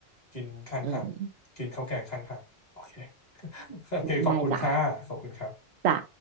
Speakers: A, on the left; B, on the right.
A: กินข้างทาง
B: อืม
A: กินข้าวแกงข้างทางโอเค <laughs> โอเคขอบคุณค่ะขอบคุณครับ
B: ได้จ้ะ จ้ะ